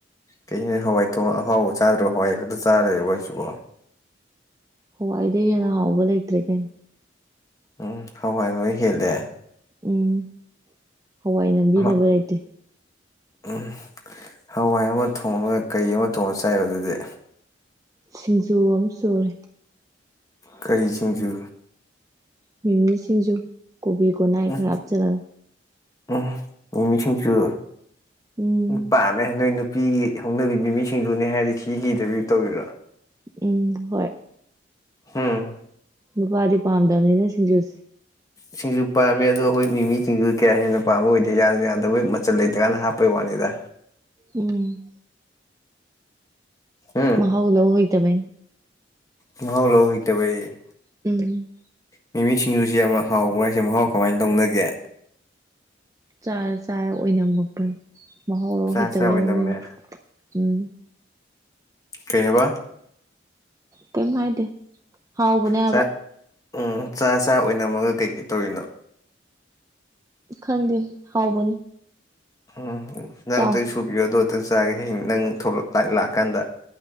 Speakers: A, on the left (about 20°); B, on the right (about 20°).
A: ꯀꯩꯅꯣ ꯍꯋꯥꯏ ꯊꯣꯡꯉ ꯑꯍꯥꯎꯕ ꯆꯥꯗ꯭ꯔꯣ ꯍꯋꯥꯏ ꯈꯛꯇ ꯆꯥꯔ ꯂꯩꯔꯕꯣ ꯍꯥꯏꯁꯤꯕꯣ
B: ꯍꯋꯥꯏꯗꯒꯤ ꯍꯦꯟꯅ ꯍꯥꯎꯕ ꯂꯩꯇ꯭ꯔꯦ ꯀꯩꯅꯣ
A: ꯎꯝ ꯍꯋꯥꯏ ꯂꯣꯏ ꯍꯦꯜꯂꯦ
B: ꯎꯝ ꯍꯋꯥꯏ ꯅꯝꯕꯤꯅꯕ
A: ꯍ
B: ꯂꯩꯇꯦ
A: ꯎꯝ ꯍꯋꯥꯏ ꯑꯃ ꯊꯣꯡꯉꯒ ꯀꯩ ꯑꯃ ꯊꯣꯡꯉ ꯆꯥꯏꯕ ꯑꯗꯨꯗꯤ
B: ꯁꯤꯡꯖꯨ ꯑꯃ ꯁꯨꯔꯦ
A: ꯀꯔꯤ ꯁꯤꯡꯖꯨ
B: ꯃꯤꯃꯤ ꯁꯤꯡꯖꯨ ꯀꯣꯕꯤ ꯀꯣꯅꯥꯏ
A: ꯎꯝ
B: ꯈꯔ ꯍꯥꯞꯆꯤꯜꯂꯒ
A: ꯎꯝ ꯃꯤꯃꯤ ꯁꯤꯡꯖꯨ
B: ꯎꯝ
A: ꯅꯨꯄꯥꯃꯦ ꯅꯣꯏ ꯅꯨ ꯅꯨꯄꯤꯒꯤ ꯍꯧꯅꯕꯤ ꯃꯤꯃꯤ ꯁꯤꯡꯖꯨꯅꯦ ꯍꯥꯏꯔꯗꯤ ꯁꯤꯀꯤꯗꯕꯤ ꯇꯧꯔꯤꯔꯥ
B: ꯎꯝ ꯍꯣꯏ
A: ꯍꯨꯝ
B: ꯅꯨꯄꯥꯗꯤ ꯄꯥꯝꯗꯕꯅꯤꯅ ꯁꯤꯡꯖꯨꯁꯦ
A: ꯁꯤꯡꯖꯨ ꯄꯥꯝꯃꯦ ꯑꯗꯣ ꯍꯈꯣꯏ ꯃꯤꯃꯤ ꯁꯤꯡꯖꯨ ꯀꯌꯥ ꯍꯦꯟꯅ ꯄꯥꯝꯕ ꯑꯣꯏꯗꯦ ꯌꯥꯗ ꯌꯥꯗꯕꯣꯏ ꯃꯆꯜ ꯂꯩꯇ꯭ꯔꯀꯥꯟꯅ ꯍꯥꯞꯄꯩ ꯋꯥꯅꯤꯗ
B: ꯎꯝ
A: ꯎꯝ
B: ꯃꯍꯥꯎ ꯂꯧ ꯍꯩꯇꯕꯩꯅꯦ
A: ꯃꯍꯥꯎ ꯂꯧꯍꯩꯇꯕꯩ
B: ꯎꯝ
A: ꯃꯤꯃꯤ ꯁꯤꯡꯖꯨꯁꯤ ꯌꯥꯝꯅ ꯍꯥꯎꯕ꯭ꯔ ꯍꯥꯏꯁꯦ ꯃꯍꯥꯎ ꯀꯃꯥꯏꯅ ꯂꯧꯅꯒꯦ
B: ꯆꯥꯔꯥ ꯆꯥꯔꯥ ꯑꯣꯏꯅꯝꯃꯛꯄꯅꯤ ꯃꯍꯥꯎꯂꯧꯍꯩꯇꯕꯩꯅꯤ
A: ꯆꯥ ꯆꯥ ꯑꯣꯏꯗꯝꯃꯦ
B: ꯅꯣꯏꯅ ꯎꯝ
A: ꯀꯩꯑꯕ
B: ꯀꯩꯝ ꯍꯥꯏꯗꯦ ꯍꯥꯎꯕꯅꯦ
A: ꯆꯥꯛ
B: ꯍꯥꯏꯕ
A: ꯎꯝ ꯆꯥ ꯆꯥ ꯑꯣꯏꯅꯝꯃꯒ ꯀꯩꯀꯩ ꯇꯧꯔꯤꯅꯣ
B: ꯈꯪꯗꯦ ꯍꯥꯎꯕꯅꯤ
A: <inaudible> ꯅꯪ
B: ꯆꯥꯎ
A: ꯇꯩ ꯁꯨꯕꯤꯌꯣ ꯑꯗꯣ <unintelligible> ꯅꯪ ꯊꯣꯛꯂꯛ ꯂ ꯂꯥꯛꯀꯥꯟꯗ